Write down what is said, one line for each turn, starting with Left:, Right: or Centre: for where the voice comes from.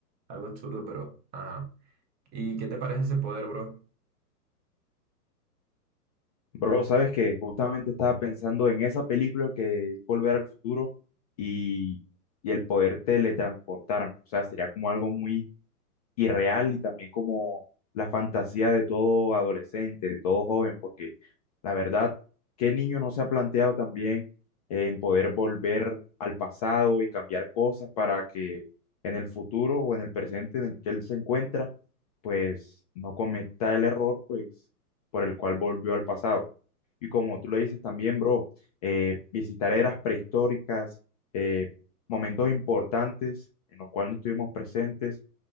Right: algo absurdo, pero ajá. ¿Y qué te parece ese poder, bro?
Left: Bro, sabes que justamente estaba pensando en esa película que es Volver al Futuro y, y el poder teletransportarme. O sea, sería como algo muy y real y también como la fantasía de todo adolescente, de todo joven, porque la verdad, ¿qué niño no se ha planteado también eh, en poder volver al pasado y cambiar cosas para que en el futuro o en el presente en el que él se encuentra, pues no cometa el error, pues por el cual volvió al pasado? Y como tú lo dices también, bro, eh, visitar eras prehistóricas, eh, momentos importantes en los cuales no estuvimos presentes